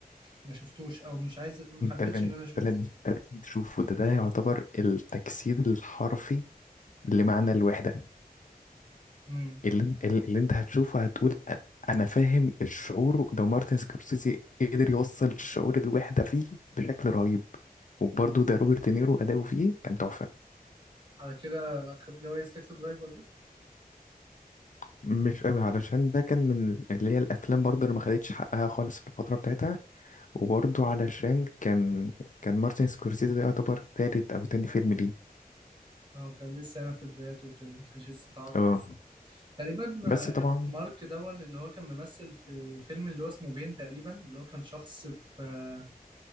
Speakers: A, on the right (about 30°); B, on the left (about 55°).
A: ما شفتوش او مش عايز ما
B: ده
A: حبيتش
B: اللي ده اللي
A: ان انا اشوف
B: ده اللي أنت لازم تشوفه ده ده يعتبر التجسيد الحرفي لمعنى الوحدة
A: امم
B: اللي, أن- اللي انت هتشوفه هتقول أ- انا فاهم الشعور ده مارتن سكورسيزي قدر يوصل شعور الوحدة فيه بشكل رهيب وبرضو ده روبرت دينيرو اداؤه فيه كان تحفة
A: على كده خد جوائز تاكسي درايفر ده
B: مش قوي علشان ده كان من اللي هي الافلام برضه اللي ما خدتش حقها خالص في الفتره بتاعتها وبرضه علشان كان كان مارتن سكورسيزي ده يعتبر تالت أو تاني فيلم ليه
A: اه كان لسه يعني في بداياته وكده ما كانش لسه تعرف
B: اه
A: تقريبا
B: بس
A: آه،
B: طبعا
A: مارك دون اللي هو كان ممثل في فيلم اللي هو اسمه بين تقريبا اللي هو كان شخص في آه،